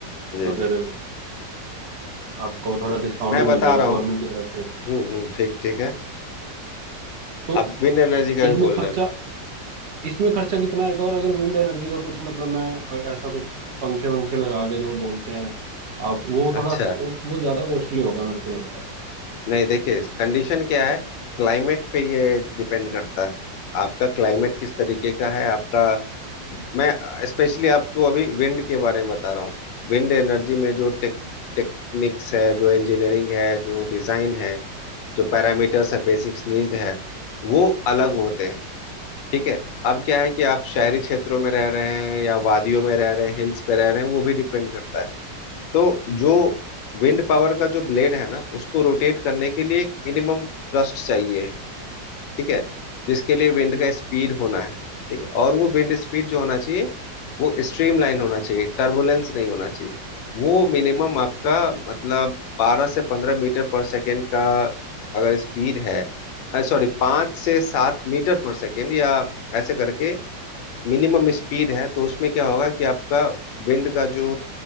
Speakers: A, on the left (about 85°); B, on the right (about 60°).
A: जी
B: अगर
A: जी
B: आपको थोड़ा डिस्काउंट
A: मैं
B: भी
A: बता
B: मिल जाएगा
A: रहा
B: गवर्नमेंट
A: हूँ
B: की तरफ
A: हम्म
B: से
A: हम्म ठीक ठीक है
B: तो
A: अब विंड एनर्जी का भी
B: इसमें
A: बोल
B: खर्चा
A: रहे हैं कुछ
B: इसमें खर्चा कितना आएगा और अगर विंड एनर्जी का कुछ मतलब मैं अ, ऐसा कुछ पंखे वंखे लगा के जो बोलते हैं आप वो थोड़ा
A: अच्छा
B: वो, वो ज्यादा कॉस्टली होगा मेरे को लगता है
A: नहीं देखिए कंडीशन क्या है क्लाइमेट पे ये डिपेंड करता है आपका क्लाइमेट किस तरीके का है आपका मैं स्पेशली आपको अभी विंड के बारे में बता रहा हूँ विंड एनर्जी में जो टेक टेक्निक्स है जो इंजीनियरिंग है जो डिजाइन है जो पैरामीटर्स है बेसिक्स नीड है वो अलग होते हैं ठीक है अब क्या है कि आप शहरी क्षेत्रों में रह रहे हैं या वादियों में रह रहे हैं हिल्स पे रह रहे हैं वो भी डिपेंड करता है तो जो विंड पावर का जो ब्लेड है ना उसको रोटेट करने के लिए एक मिनिमम थ्रस्ट चाहिए है ठीक है जिसके लिए विंड का स्पीड होना है ठीक है और वो विंड स्पीड जो होना चाहिए वो स्ट्रीम लाइन होना चाहिए टर्बुलेंस नहीं होना चाहिए वो मिनिमम आपका मतलब बारह से पंद्रह मीटर पर सेकेंड का अगर स्पीड है सॉरी पाँच से सात मीटर पर सेकेंड या ऐसे करके मिनिमम स्पीड है तो उसमें क्या होगा कि आपका विंड का जो